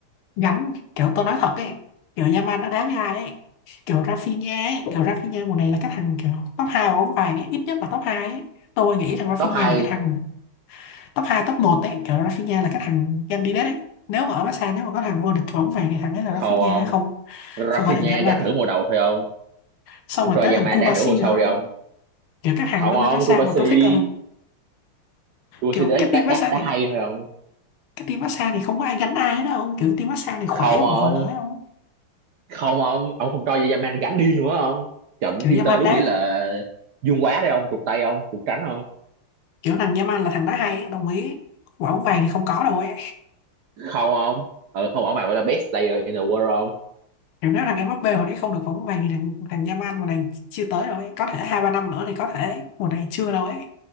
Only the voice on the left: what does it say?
gánh kiểu tôi nói thật ấy kiểu Yamal nó đá với ai ấy kiểu Rafinha ấy kiểu Rafinha mùa này là cái thằng kiểu top 2 của bóng vàng ấy ít nhất là top 2 ấy tôi nghĩ rằng Rafinha
là cái thằng top hai top một ấy kiểu Rafinha là cái thằng candidate ấy nếu mà ở Barca nếu mà có thằng vô địch bóng vàng thì thằng ấy là
Rafinha
không
không phải là Yamal
ấy
xong
rồi
tới
thằng Kubasi
nữa không
kiểu các thằng
nó
bên massage
mà tôi thích là thằng
kiểu
cái team
massage
này
cái team massage này không có ai gánh ai đâu không kiểu team massage này khỏe
vừa lưới không
kiểu
Yaman
đá
kiểu thằng Yaman là thằng đá hay ấy, đồng ý quả bóng vàng thì không có đâu ấy
kiểu nếu thằng Mbappé hồi đấy không được quả bóng vàng thì thằng thằng Yaman mùa này chưa tới đâu ấy có thể hai ba năm nữa thì có thể mùa này chưa đâu ấy